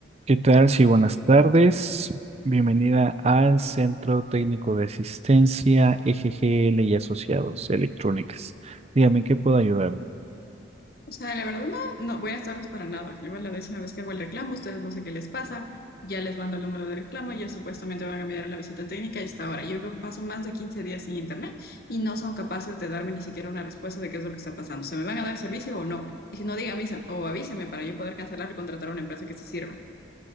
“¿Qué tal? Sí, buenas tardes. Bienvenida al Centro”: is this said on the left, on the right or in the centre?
Right